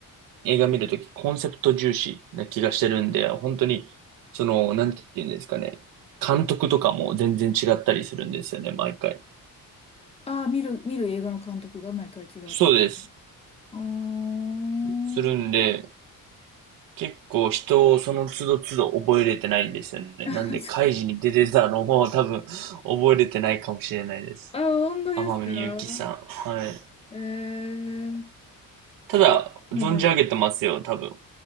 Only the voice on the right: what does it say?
映画見るとき、コンセプト重視な気がしてるんで、本当に、その、なんて言うんですかね。監督とかも全然違ったりするんですよね、毎回。
そうです。
するんで、結構人をその都度都度覚えれてないんですよね。
なんで、開示に出てたのも多分覚えれてないかもしれないです。
天海祐希さん。はい。
ただ、
存じ上げてますよ、
多分。